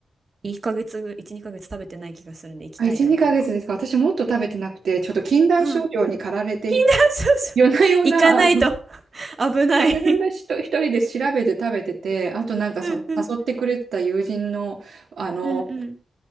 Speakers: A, on the right; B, on the right.
A: 1ヶ月ぐ、1、2ヶ月食べてない気がするんで、
B: <laughs>
A: 行きたいなって今。
B: あ、1、2ヶ月ですか。私もっと食べてなくて、ちょっと禁断症状に駆られてい、
A: うん。<laughs> そうそう。
B: 夜な夜な、
A: 行かないと
B: <laughs> あの
A: 危ない
B: 夜な夜なひと一人で調べて食べてて、あとなんかその誘ってくれてた友人の、
A: うんうん。
B: あの、
A: うんうん。